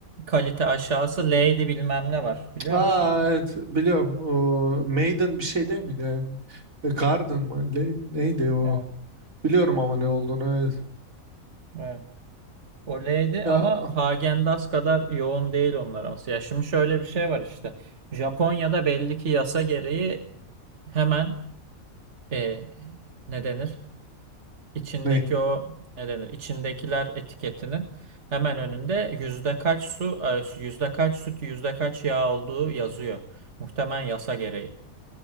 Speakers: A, on the right; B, on the right.
A: kalite aşağısı Lady bilmem ne var. Biliyor
B: Aa
A: musun onu?
B: evet biliyorum. O, Maiden bir şey değil miydi? Yani? E, Garden
A: Evet.
B: mı? Ne- neydi o?
A: Evet.
B: Biliyorum ama ne olduğunu. Evet.
A: evet. O Lady
B: Ya
A: ama Häagen Dazs kadar yoğun değil onlar ama. Ya şimdi şöyle bir şey var işte. Japonya'da belli ki yasa gereği hemen eee ne denir? içindeki
B: ne?
A: o ne denir İçindekiler etiketinin hemen önünde yüzde kaç su e, yüzde kaç süt yüzde kaç yağ olduğu yazıyor. Muhtemelen yasa gereği.